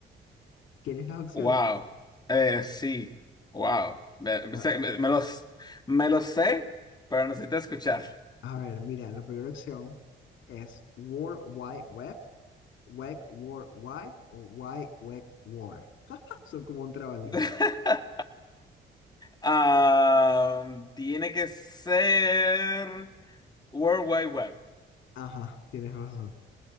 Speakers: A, on the left; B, on the left.
A: ¿Quieres las opciones?
B: Wow. Eh, sí, wow. Me, me
A: A,
B: sé- me- me los, me los sé, pero necesito escuchar.
A: a ver, mira, la primera opción es World Wide Web, Web World Wide o Wide Web World. <laughs> Son como un trabalengua.
B: <laughs> Ah, tiene que ser World Wide Web.
A: Ajá, tienes razón.